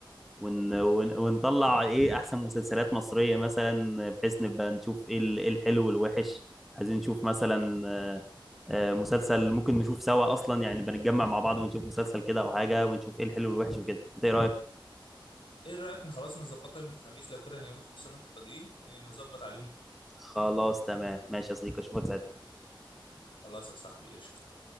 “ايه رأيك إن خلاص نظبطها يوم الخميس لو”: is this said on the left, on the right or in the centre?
Left